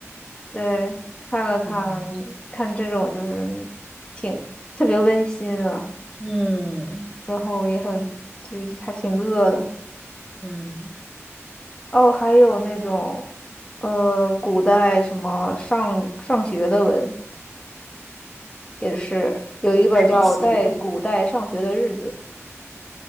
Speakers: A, on the left; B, in the centre.
A: 对，看了看看这种就是
B: 嗯
A: 挺特别温馨啊，
B: 嗯
A: 然后也很，对，还挺饿的。
B: 嗯，
A: 哦，还有那种，呃，古代什么上上学的文，也是有一本叫《在古代上学的日子》，
B: 上学文，